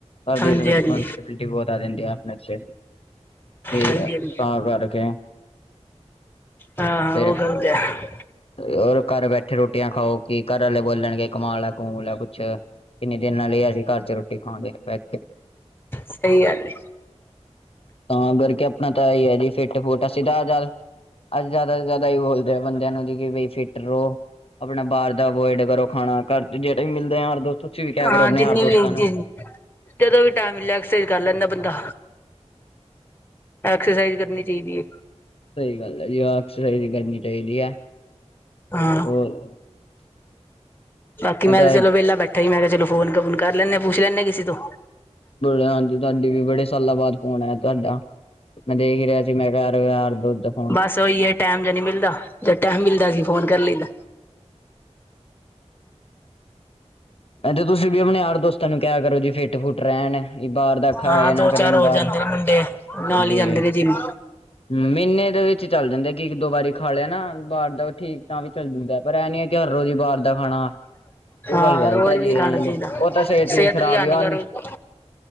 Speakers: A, on the left (about 55°); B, on the left (about 15°).
A: ਘਰ ਦੀ,
B: ਹਾਂਜੀ
A: ਰਿਸਪੋਂਸੀਬਿਲਟੀ
B: ਹਾਂਜੀ
A: ਬਹੁਤ ਆ ਜਾਂਦੀ ਆ ਆਪਣੇੇ ਸੇ। ਇਹ
B: ਹਾਂਜੀ ਹਾਂਜੀ
A: ਤਾਂ ਕਰਕੇ
B: ਹਾਂ ਹਾਂ,
A: ਫਿਰ
B: ਉਹ ਗੱਲ ਤੇ ਹੈ।
A: ਹੋਰ ਘਰ ਬੈਠੇ ਰੋਟੀਆਂ ਖਾਓ, ਕਿ ਘਰ ਵਾਲੇ ਬੋਲਣਗੇ ਕਮਾ ਲੇ ਆ, ਕਮੂਲ ਲੈ ਕੁਛ। ਕਿੰਨੇ ਦਿਨਾ ਲਈ, ਅਸੀਂ ਘਰ ਚ ਰੋਟੀ ਖਾਉਂਦੇ ਪਏ।
B: ਸਹੀ ਗੱਲ ਏ <unintelligible>
A: ਤਾਂ ਕਰਕੇ ਆਪਣਾ ਤਾਂ ਹੈ ਹੀ ਏ ਜੀ, ਫਿੱਟ- ਫੁਟ ਅਸੀਂ ਤਾਂ ਜਲ। ਅਸੀਂ ਜ਼ਿਆਦਾ ਤੋਂ ਜ਼ਿਆਦਾ ਇਹ ਬੋਲਦੇ ਆ ਬੰਦਿਆਂ ਨੂੰ, ਕਿ ਬਈ, ਫਿਟ ਰਹੋ। ਆਪਣਾ, ਬਾਹਰ ਦਾ ਅਵੋਇਡ ਕਰੋ ਖਾਣਾ, ਘਰ ਦੇ ਜਿਹੜੇ ਮਿਲਦੇ ਆ ਯਾਰ ਦੋਸਤ। ਤੁਸੀਂ ਵੀ ਕਿਆ
B: ਹਾਂ,
A: ਕਰੋ ਆਪਣੇ
B: ਜਿੰਨੀ
A: ਯਾਰ ਦੋਸਤਾਂ
B: ਵੀ
A: ਨੂੰ।
B: ਜੀ, ਜਦੋਂ ਵੀ ਟੈਮ ਮਿਲੇ, ਐਕਸਰਸਾਈਜ਼ ਕਰ ਲੈਂਦਾ ਬੰਦਾ। ਐਕਸਰਸਾਈਜ਼ ਕਰਨੀ ਚਾਹੀਦੀ ਹੈ।
A: ਸਹੀ ਗੱਲ ਹੈ ਜੀ, <unintelligible> ਵੀ ਕਰਨੀ ਚਾਹੀਦੀ ਹੈ।
B: ਹਾਂ,
A: ਹੋਰ
B: ਬਾਕੀ ਮੈਂ
A: ਤਾਂ
B: ਤੇ ਚਲੋ ਵਿਹਲਾ ਬੈਠਾ ਹੀ, ਮੈਂ ਕਿਹਾ ਚਲੋ। ਫੋਨ ਕੋਨ ਕਰ ਲੈਨੇ ਆ, ਪੁੱਛ ਲੈਨੇ ਆ ਕਿਸੇ ਤੋਂ।
A: ਹਾਂਜੀ, ਦਾਦੀ ਬੜੇ ਸਾਲਾਂ ਬਾਅਦ ਫੋਨ ਆਇਆ ਤੁਹਾਡਾ। ਮੇ ਦੇਖ ਰਿਹਾ ਸੀ <unintelligible> ਦੁੱਧ <unintelligible>
B: ਬਸ ਉਹੀ ਏ, ਟੈਮ ਜੇ ਨਹੀਂ ਮਿਲਦਾ। ਜਦ ਟੈਮ ਮਿਲਦਾ ਸੀ ਫੋਨ ਕਰ ਲਈਦਾ।
A: ਇਥੇ ਤੁਸੀਂ ਵੀ ਆਪਣੇ ਯਾਰ ਦੋਸਤਾਂ ਨੂੰ ਕਿਹਾ ਕਰੋ ਫਿੱਟ - ਫੁੱਟ ਰਹਿਣ ਬਾਹਰ ਦਾ ਖਾਇਆ
B: ਹਾਂ
A: ਨਾ
B: ਦੋ
A: ਕਰਨ।
B: ਚਾਰ ਹੋਰ
A: ਬਾਹਰ
B: ਜਾਂਦੇ ਨੇ ਮੁੰਡੇ। ਨਾਲ
A: ਜੇ
B: ਹੀ ਜਾਂਦੇ ਨੇ ਜਿੰਮ
A: ਮਹੀਨੇ ਦੇ ਵਿੱਚ ਚੱਲ ਜਾਂਦੇ ਕਿ ਇੱਕ - ਦੋ ਵਾਰੀ ਖਾ ਲਿਆ ਨਾ ਬਾਰ ਦਾ, ਠੀਕ ਤਾਂ ਵੀ ਚੱਲ ਜਾਂਦਾ। ਪਰ ਇਹਂ ਨੀ ਹੈ ਕਿ ਹਰ ਰੋਜ਼ ਹੀ ਬਾਹਰ ਦਾ ਖਾਣਾ। ਉਹ
B: ਹਾਂ,
A: ਗੱਲ ਗ਼ਲਤ
B: ਰੋਜ਼
A: ਹੈ ਜੀ
B: ਵੀ ਨਹੀਂ ਖਾਣਾ ਚਾਹੀਦਾ।
A: ਉਹ ਤਾਂ
B: ਸਿਹਤ
A: ਖ਼ਰਾਬ
B: ਲਈ ਹਾਨੀਕਾਰਕ
A: ਆ